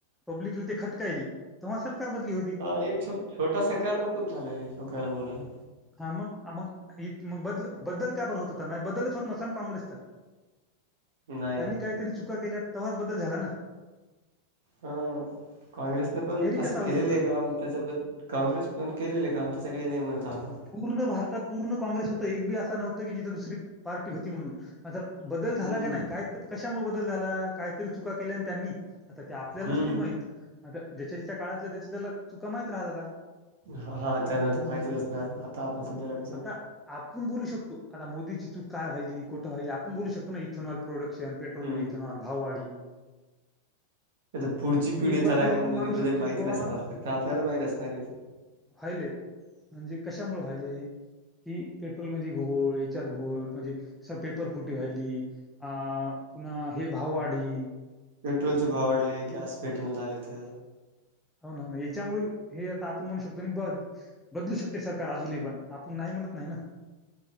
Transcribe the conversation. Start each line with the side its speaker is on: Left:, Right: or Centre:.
Centre: पब्लिकला ते खटकायली तेव्हा सरकार बदली होती.
Right: हा एक छ छोटासा कर्म मग खूप झालाय खरं बोलायला
Centre: हा मग -मग -मग बदल बदल का बर होत होता नाही बदलच होत नसलं ना काँग्रेसचा
Right: नाही
Centre: त्यांनी
Right: ना
Centre: काहीतरी चुका केल्या तव्हाच बदल झाला ना
Right: ह काँग्रेसने पण
Centre: यारी
Right: असं
Centre: कसा होईल
Right: केलेलं
Centre: बदल
Right: आहे का त्याच्याबद् काँग्रेस पण केलेली आहे काम त्याचं काही नाही म्हणत आपण.
Centre: पूर्ण भारतात पूर्ण काँग्रेस होत एक बी असा नव्हतं की जिथे दुसरी पार्टी होती म्हणून आ. बदल झाला
Right: हम्म
Centre: का नाही, काय कशामुळे बदल झाला कायतरी चुका केल्या आणि त्यांनी. आता ते आपल्याला
Right: हम्म
Centre: नसतील माहिती आता ज्याच्या ज्याच्या काळातलं त्याच्या त्याला चुका माहित राहत आता.
Right: ह हा त्यांना तर माहितच असणार, आता आपण सध्या. कसं
Centre: आता आपण बोलू शकतो आता मोदीची चूक काय व्हायली कुठं व्हायली आपण बोलू शकतो ना इथेनॉल प्रोडक्शन पेट्रोल
Right: हम्म
Centre: इथेनॉल भाववाढी
Right: तेज पुढची पिढी
Centre: एक बाजू
Right: त्याला काय
Centre: आपण
Right: मुलीबद्दल
Centre: मांडू शकतो
Right: माहिती
Centre: की बुवा
Right: नसणार फक्त आपल्याला माहित असणार हाय
Centre: व्हायलय म्हणजे कशामुळ व्हायलय कि पेट्रोल मध्ये घोळ याच्यात घोळ म्हणजे <inaudible> पेपर फुटी व्हायली आ पुन्हा हे भाववाढी
Right: पेट्रोलचे भाव वाढले गॅस भेटण झालेत
Centre: हो ना हो ना याच्यामुळे हे आता आपण म्हणू शकतो ब बदलू शकते सरकार अजूनही पण आपण नाही म्हणत नाही ना